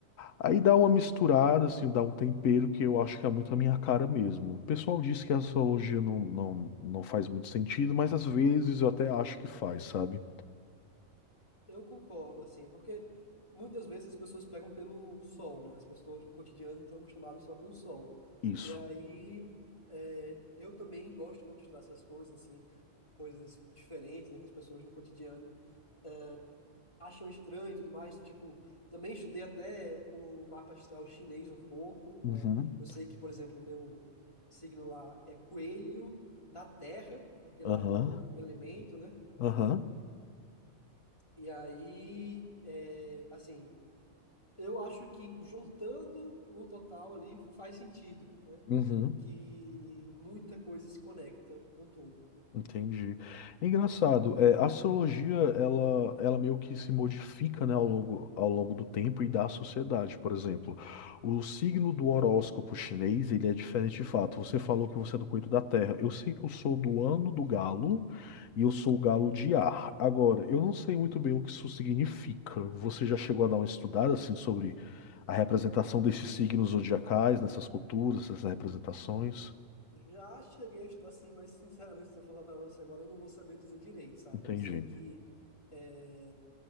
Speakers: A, on the left; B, on the left.
A: Aí dá uma misturada, assim, dá um tempero que eu acho que é muito a minha cara mesmo. O pessoal diz que a astrologia não, não, não faz muito sentido, mas às vezes eu até acho que faz, sabe?
B: Eu concordo, assim, porque muitas vezes as pessoas pegam pelo sol, né? As pessoas no cotidiano estão acostumadas só com o sol.
A: Isso.
B: E aí, é, eu também gosto muito de estudar essas coisas, assim, coisas diferentes, né, que as pessoas no cotidiano é, acham estranho e tudo mais. Tipo, também estudei até o mapa astral chinês um pouco,
A: Uhum.
B: né? Eu sei que, por exemplo, o meu signo lá é coelho da terra, porque lá
A: Aham,
B: é por elemento, né?
A: aham,
B: E aí, é, assim. Eu acho que juntando no total ali faz sentido, né?
A: uhum,
B: Que muita coisa se conecta com tudo, né?
A: entendi. É engraçado, é, a astrologia, ela, ela meio que se modifica, né, ao longo, ao longo do tempo e da sociedade, por exemplo. O signo do horóscopo chinês, ele é diferente de fato. Você falou que você é do coelho da terra. Eu sei que eu sou do ano do galo e eu sou o galo de ar. Agora, eu não sei muito bem o que isso significa. Você já chegou a dar uma estudada, assim, sobre a representação desses signos zodiacais, nessas culturas, essas representações?
B: Já cheguei a estudar assim, mas sinceramente, se eu falar para você agora, eu não vou saber dizer direito, sabe?
A: Entendi.
B: Eu sei que é,